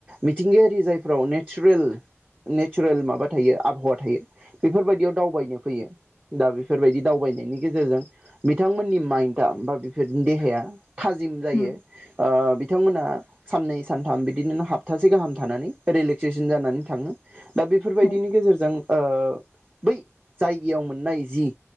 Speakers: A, on the right; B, on the left.
A: मिथिंगायारि जायफोराव नेचारेल नेचारेल माबा थायो आबहावा थायो बेफोरबायदियाव दावबायनो फैयो। दा बेफोरबायदि दावबायनायनि गेजेरजों बिथांमोननि माइन्डआ बा बेफोरनि देहाया थाजिम जायो।
B: नंगौ होम औ नंगौ होम
A: ओ बिथांमोना सान्नै सान्थाम बिदिनो हाप्तासे गाहाम थानानै रिलेक्सेसन जानानै थाङो। दा बेफोरबायदिनि
B: होम
A: गेजेरजों ओ बै जायगायाव मोननाय जि